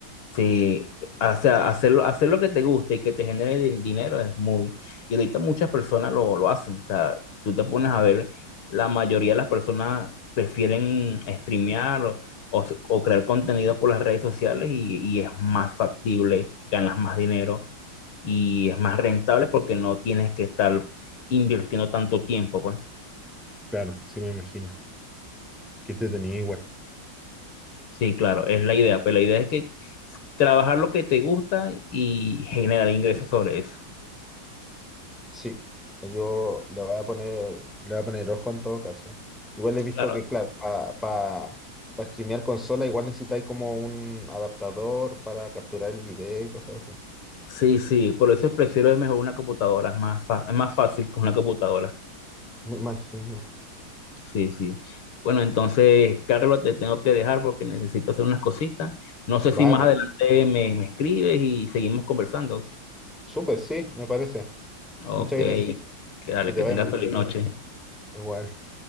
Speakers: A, on the left; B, in the centre.
A: sí, o sea, hacerlo, hacer lo que te guste y que te genere di- dinero es muy... Y ahorita muchas personas lo, lo hacen, o sea, tú te pones a ver, la mayoría de las personas prefieren streamear o, o s- o crear contenido por las redes sociales y, y es más factible, ganas más dinero y es más rentable porque no tienes que estar invirtiendo tanto tiempo, pues.
B: Claro, sí me imagino. Que te tenía igual.
A: Sí, claro, es la idea, pero la idea es que trabajar lo que te gusta y generar ingresos sobre eso.
B: Sí, yo le voy a poner, le voy a poner ojo en todo caso. Igual he visto
A: Claro,
B: que, claro, para pa, pa streamear consola, igual necesitáis como un adaptador para capturar el video y cosas así.
A: sí, sí, por eso prefiero mejor una computadora, es más, fa- es más fácil con una computadora.
B: Me imagino.
A: Sí, sí. Bueno, entonces, Carlos, te tengo que dejar porque necesito hacer unas cositas. No sé si
B: Vale,
A: más adelante me, me escribes y seguimos conversando.
B: súper, sí, me parece.
A: Ok,
B: Muchas gracias.
A: que dale,
B: Que te
A: que
B: vaya
A: tengas
B: muy
A: feliz
B: bien.
A: noche.
B: Igual.